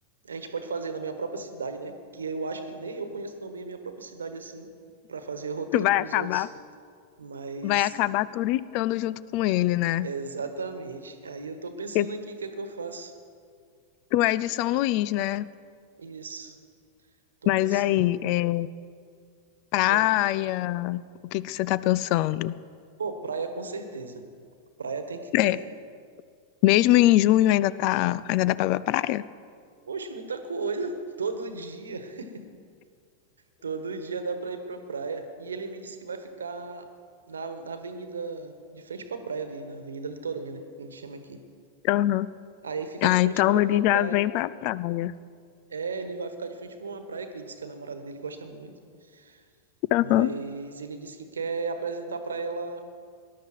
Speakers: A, on the right; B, on the left.
A: A gente pode fazer na minha própria cidade, né? Que eu acho que nem eu conheço tão bem a minha própria cidade assim, pra fazer roteiro
B: Vai
A: pros
B: acabar,
A: outros. Mas,
B: vai acabar turistando junto com ele, né?
A: é, exatamente. Aí eu tô pensando
B: Porque
A: aqui o que é que eu faço.
B: tu é de São Luís, né?
A: Isso. Tô
B: Mas
A: pensando
B: aí,
A: no.
B: é praia,
A: Ah,
B: o que que você tá pensando?
A: pô, praia com certeza. Praia tem que ter.
B: É, mesmo em junho ainda tá, ainda dá pra ir pra praia?
A: Poxa, muita coisa. Todo dia. <laughs> Todo dia dá pra ir pra praia. E ele me disse que vai ficar na, na avenida, de frente pra praia ali, na Avenida Litorânea, né? Que a gente chama aqui.
B: Aham.
A: Aí fica
B: Ah,
A: de frente
B: então
A: pra
B: ele
A: uma
B: já
A: praia.
B: vem pra praia.
A: É, ele vai ficar de frente pra uma praia que ele disse que a namorada dele gosta muito.
B: Aham.
A: Mas ele disse que quer apresentar pra ela